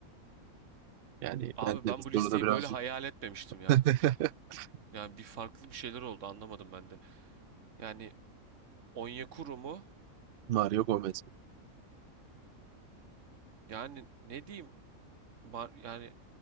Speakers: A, on the right (about 75°); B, on the right (about 60°).
A: Yani
B: Abi
A: ben de
B: ben
A: bu
B: bu
A: soruda
B: listeyi
A: birazcık
B: böyle hayal etmemiştim ya.
A: <laughs>
B: Yani bir farklı bir şeyler oldu anlamadım ben de. Yani Onyekuru mu?
A: Mario Gomez.
B: Yani ne diyeyim? Bar- yani